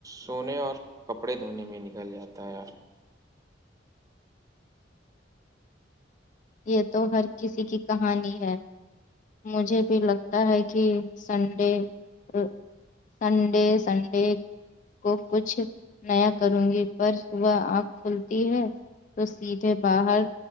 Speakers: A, on the right (about 20°); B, on the left (about 40°).
A: سونے اور کپڑے دھونے میں نکل جاتا ہے یار
B: یہ تو ہر کسی کی کہانی ہے مجھے بھی لگتا ہے کہ سن <unintelligible> کو کچھ نیا کروں گی پر صبح آنکھ کھلتی ہے تو سیدھے باہر